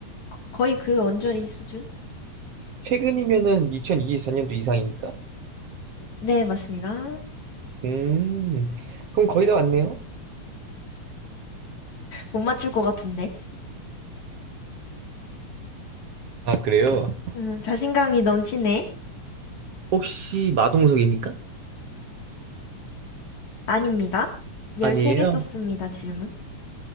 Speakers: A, on the left; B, on the right.
A: 거- 거의 그 언저리 수준?
B: 최근이면은 2024년도 이상이니까?
A: 네, 맞습니다.
B: 음, 그럼 거의 다 왔네요.
A: 못 맞출 것 같은데.
B: 아, 그래요?
A: 음, 자신감이 넘치네.
B: 혹시 마동석입니까?
A: 아닙니다. 13개
B: 아니에요.
A: 썼습니다, 질문.